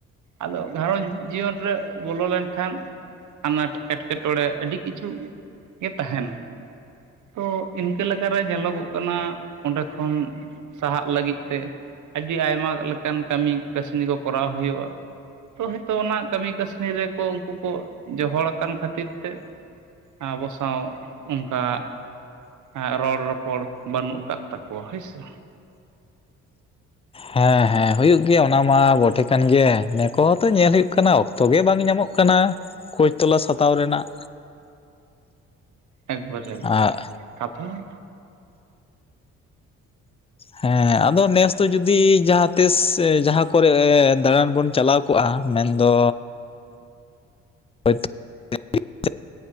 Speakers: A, on the right; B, on the left.
A: ᱟᱫᱚ ᱜᱷᱟᱨᱚᱸᱡᱽ ᱡᱤᱭᱚᱱ ᱨᱮ ᱵᱚᱞᱚ ᱞᱮᱱᱠᱷᱟᱱ, ᱟᱱᱟᱴ ᱮᱴᱠᱮᱴᱚᱬᱮ ᱟᱹᱰᱤ ᱠᱤᱪᱷᱩ ᱜᱮ ᱛᱟᱦᱮᱱᱟ᱾ ᱛᱚ ᱤᱱᱠᱟᱹ ᱞᱮᱠᱟᱨᱮ ᱧᱮᱞᱚᱜᱚᱜ ᱠᱟᱱᱟ ᱚᱸᱰᱮ ᱠᱷᱚᱱ ᱥᱟᱦᱟᱜ ᱞᱟᱹᱜᱤᱫ ᱛᱮ᱾ ᱟᱹᱰᱤ ᱟᱭᱢᱟ ᱞᱮᱠᱟᱱ ᱠᱟᱹᱢᱤ ᱠᱟᱹᱥᱱᱤ ᱠᱚ ᱠᱚᱨᱟᱣ ᱦᱩᱭᱩᱜᱼᱟ᱾ ᱛᱚ ᱦᱳᱭᱛᱳ ᱚᱱᱟ ᱠᱟᱹᱢᱤ ᱠᱟᱹᱥᱱᱤ ᱨᱮᱠᱚ ᱩᱝᱠᱩ ᱠᱚ ᱡᱚᱦᱚᱲ ᱟᱠᱟᱱ ᱠᱷᱟᱹᱛᱤᱨ ᱛᱮ, ᱟᱵᱚ ᱥᱟᱶ ᱚᱝᱠᱟ, ᱮᱸ ᱨᱚᱲ ᱨᱚᱯᱚᱲ ᱵᱟᱹᱱᱩᱜ ᱠᱟᱜ ᱛᱟᱠᱚᱣᱟ ᱦᱳᱭᱥᱮ᱾
B: ᱦᱮᱸ ᱦᱮᱸ ᱦᱩᱭᱩᱜ ᱜᱮᱭᱟ ᱚᱱᱟ ᱢᱟ ᱵᱚᱴᱷᱮ ᱠᱟᱱ ᱜᱮᱭᱟ ᱱᱮ ᱠᱚᱦᱚᱸ ᱛᱚ ᱧᱮᱞ ᱦᱩᱭᱩᱜ ᱠᱟᱱᱟ ᱚᱠᱛᱚ ᱜᱮ ᱵᱟᱝ ᱧᱟᱢᱚᱜ ᱠᱟᱱᱟ᱾ ᱠᱷᱳᱭ ᱛᱚᱞᱟᱥ ᱦᱟᱛᱟᱣ ᱨᱮᱱᱟᱜ,
A: ᱮᱠᱵᱟᱨᱮ ᱮᱠᱵᱟᱨᱮ
B: ᱟᱜ
A: ᱠᱟᱛᱷᱟ ᱢᱟ
B: ᱦᱮᱸ ᱟᱫᱚ ᱱᱮᱥ, ᱛᱚ ᱡᱩᱫᱤ ᱡᱟᱦᱟᱸᱛᱤᱥ ᱡᱟᱦᱟᱸ ᱠᱚᱨᱮ ᱫᱟᱬᱟᱱ ᱵᱚᱱ ᱪᱟᱞᱟᱣ ᱠᱚᱜᱼᱟ ᱢᱮᱱᱫᱚ, ᱦᱚᱭᱛᱚ <unintelligible>